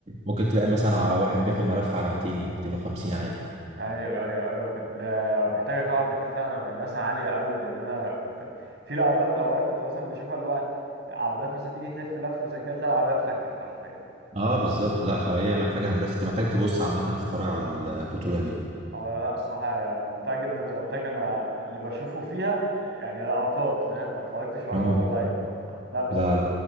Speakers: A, on the right; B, on the right.
A: ممكن تلاقي مثلا على واحد بياخد ملف على 200 250 عادي
B: ايوه ايوه ايوه كنت ده محتاجة طبعا اكيد فعلا هندسة عالية قوي لان انا كنت في لقطات اوقات كنت مثلا بشوفها اللي هو عربيات مثلا تيجي تلف لف زي كده تلاقي العربية اتفكت حرفيا
A: اه بالظبط لا فهي محتاجة هندسة انت محتاج تبص عامة تتفرج على البطولة دي
B: هو لا الصراحة هي ممتعة جدا زي ما قلت لك أنا اللي بشوفه فيها يعني لقطات فاهم ما اتفرجتش ولا
A: آه.
B: مرة لايف لا بس
A: لا